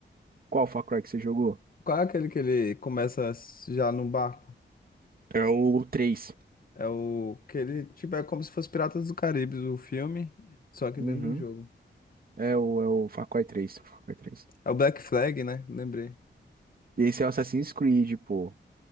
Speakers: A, on the right; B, on the left.
A: Qual Far Cry que você jogou?
B: Qual é aquele que ele começa s- já no barco?
A: É o 3.
B: É o que ele, tipo, é como se fosse Piratas do Caribe, o filme, só que
A: Uhum.
B: dentro do jogo.
A: É o, é o Far Cry três. Far Cry três.
B: É o Black Flag, né? Lembrei.
A: Esse é o Assassin's Creed, pô.